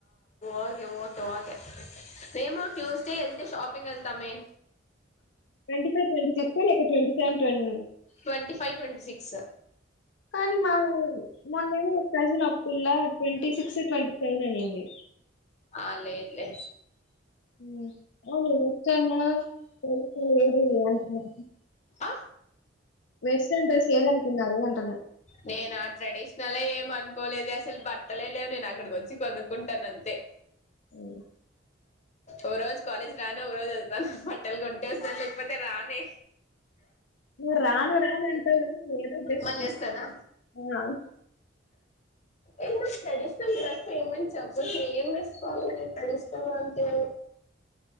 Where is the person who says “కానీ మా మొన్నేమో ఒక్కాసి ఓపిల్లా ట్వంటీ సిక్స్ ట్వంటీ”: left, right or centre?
Left